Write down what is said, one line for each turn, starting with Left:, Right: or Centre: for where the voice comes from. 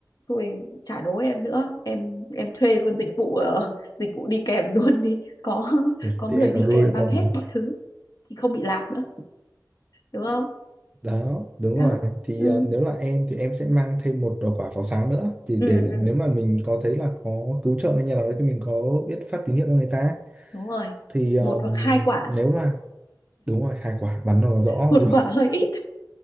Left: thôi trả đố em nữa em em thuê luôn dịch vụ ờ, <laughs> dịch vụ đi kèm luôn đi có
Right: Ừ,
Left: có
Right: Thì
Left: người
Right: em
Left: đi
Right: là Doraemon
Left: kèm mang hết
Right: mà.
Left: mọi thứ thì không bị lạc nữa đúng không
Right: Đó, đúng
Left: đó
Right: rồi. Thì
Left: ừ
Right: ờ, nếu là em thì em sẽ mang thêm một ờ, quả pháo sáng nữa thì để
Left: ừ, ừ.
Right: nếu mà mình có thấy là có cứu trợ hay nhà nào đấy thì mình có biết phát tín hiệu cho người ta.
Left: đúng rồi
Right: Thì ờm,
Left: một hoặc hai quả
Right: nếu là đúng rồi, hai quả bắn nó là rõ
Left: một
Right: đúng
Left: quả hơi ít